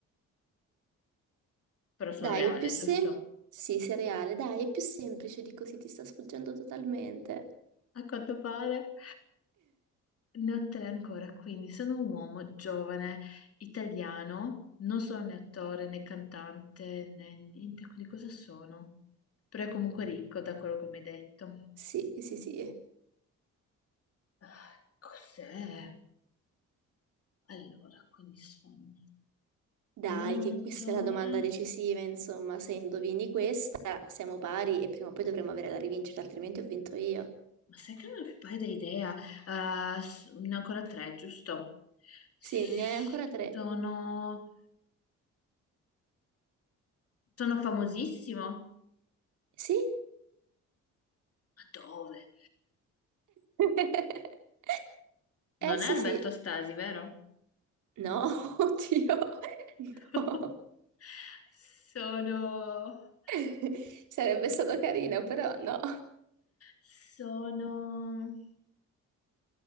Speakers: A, on the left; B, on the right.
A: però sono
B: Dai,
A: reale,
B: è più semplice.
A: giusto?
B: Sì, sei reale. Dai, è più semplice di così, ti sta sfuggendo totalmente.
A: A quanto pare. Ne ho tre ancora, quindi sono un uomo giovane, italiano, non sono né attore né cantante né niente, quindi cosa sono? Però è comunque ricco da quello che mi hai detto.
B: Sì, sì, sì.
A: Ah, Cos'è? Allora, quindi sono...
B: Dai,
A: Non è un
B: che
A: attore,
B: questa è la domanda decisiva, insomma, se indovini questa siamo pari e prima o poi dovremo avere la rivincita, altrimenti ho vinto io.
A: ma sai che non ho più paio di idea. Ah, ah, s- ne ho ancora tre, giusto? S-
B: Sì, ne hai ancora tre.
A: Sono... Sono famosissimo?
B: Sì?
A: Ma dove?
B: <laughs> Eh
A: Non
B: sì,
A: è Alberto
B: sì.
A: Stasi, vero?
B: No, <laughs> oddio, no.
A: <laughs> Sono...
B: <laughs> Sarebbe stato carino, però no.
A: Sono...